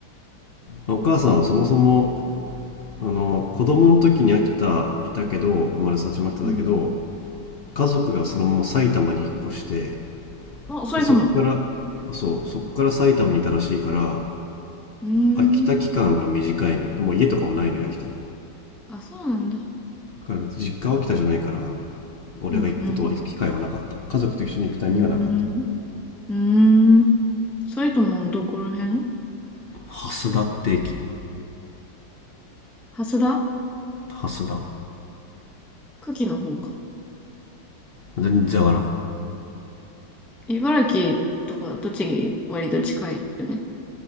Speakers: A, on the left; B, in the centre.
A: 俺お母さんはそもそもあの子供の時に秋田いたけど生まれ育ちも秋田だけど
B: うん。
A: 家族がそのまま埼玉に引っ越して
B: あ、そ玉。
A: でそっから
B: も。
A: そうそっから埼玉にいたらしいから
B: うー
A: 秋田期間が短いのよでもう家とかもないのよ秋田に
B: ん。あ、そうなんだ。
A: だから別に実家は秋田じゃないから俺が行くことは行く機会はなかった家族と一緒に行くタイミングがなかった
B: うん、うん、うーん、うーん。埼玉のどこら辺
A: 蓮田って駅
B: 蓮田
A: 蓮田
B: 久喜の方か。
A: 全然わからん
B: 茨城とか栃木割と近いよね。